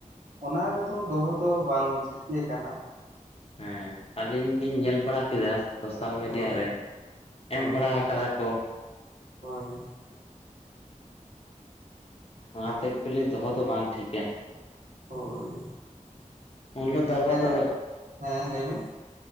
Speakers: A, on the right; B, on the left.
A: ᱚᱱᱟ ᱨᱮᱫᱚ ᱫᱚᱦᱚ ᱫᱚ ᱵᱟᱝ ᱩᱪᱤᱛ ᱜᱮ ᱠᱟᱱᱟ
B: ᱦᱮᱸ ᱟᱹᱞᱤᱧ ᱞᱤᱧ ᱧᱮᱞ ᱵᱟᱲᱟ ᱠᱮᱫᱟ ᱥᱳᱥᱟᱞ ᱢᱤᱰᱤᱭᱟ
A: ᱦᱳᱭ
B: ᱨᱮ
A: ᱦᱳᱭ
B: ᱮᱢ ᱵᱟᱲᱟ ᱟᱠᱟᱫᱟ ᱠᱚ
A: ᱦᱳᱭ
B: ᱚᱱᱟ ᱫᱚ ᱮᱠᱪᱩᱭᱮᱞᱤ ᱫᱚᱦᱚ ᱫᱚ ᱵᱟᱝ ᱴᱷᱤᱠᱟ
A: ᱦᱳᱭ
B: ᱩᱱ ᱦᱤᱞᱳᱜ
A: ᱛᱟᱦᱞᱮ
B: ᱫᱚ ᱟᱵᱚᱣᱟᱜ ᱫᱚ
A: ᱦᱮᱸ ᱞᱟᱹᱭᱵᱤᱱ